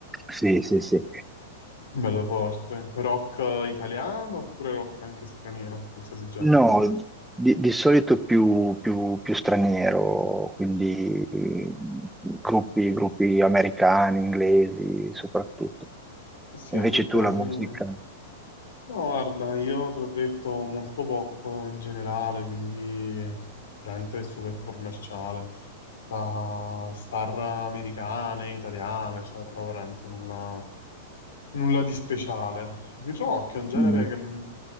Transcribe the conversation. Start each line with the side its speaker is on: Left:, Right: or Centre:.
Centre: Sì, sì, sì.
Left: Bello forte. Rock italiano oppure rock anche straniero, qualsiasi genere?
Centre: No, di, di solito più, più- più straniero, quindi eh, gruppi, gruppi americani, inglesi soprattutto.
Left: Eh Sì,
Centre: Invece
Left: anche perché
Centre: tu
Left: alla
Centre: la
Left: fine...
Centre: musica?
Left: No, guarda, io te l'ho detto molto poco in generale, quindi veramente super commerciale, da star americane, italiane, cioè proprio veramente nulla, nulla di speciale. Il rock è un genere
Centre: Mm.
Left: che m-